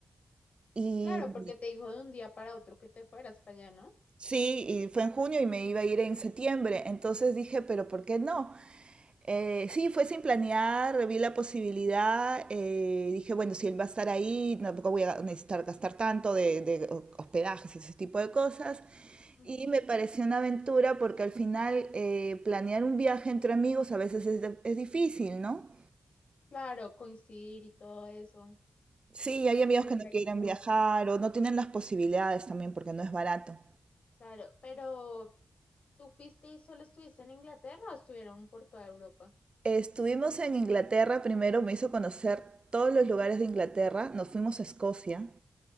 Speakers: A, on the right (about 45°); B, on the left (about 70°).
A: Y
B: claro, porque te dijo de un día para otro que te fueras para allá, ¿no?
A: sí, y fue en junio y me iba a ir en septiembre. Entonces dije, pero ¿por qué no? Eh, sí, fue sin planear, vi la posibilidad, eh, dije, bueno, si él va a estar ahí, tampoco voy a necesitar gastar tanto de, de hospedajes y ese tipo de cosas.
B: Ujú.
A: Y me pareció una aventura porque al final eh, planear un viaje entre amigos a veces es, de- es difícil, ¿no?
B: Claro, coincidir y todo eso.
A: Sí, hay amigos
B: Como
A: que no
B: que aquí
A: quieren viajar o no tienen las posibilidades también porque no es barato.
B: Claro, pero ¿tú fuiste y solo estuviste en Inglaterra o estuvieron por toda Europa?
A: Estuvimos en Inglaterra primero, me hizo conocer todos los lugares de Inglaterra, nos fuimos a Escocia.